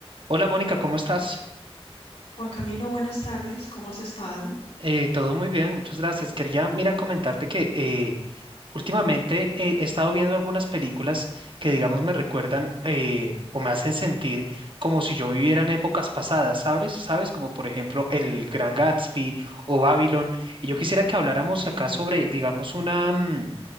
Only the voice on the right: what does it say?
Hola Mónica, ¿cómo estás?
Eh, todo muy bien, muchas gracias. Quería, mira, comentarte que eh, últimamente eh, he estado viendo algunas películas que, digamos, me recuerdan eh, o me hacen sentir como si yo viviera en épocas pasadas, ¿sabes? ¿Sabes? Como por ejemplo El Gran Gatsby o Babylon. Y yo quisiera que habláramos
acá sobre, digamos, una, mm,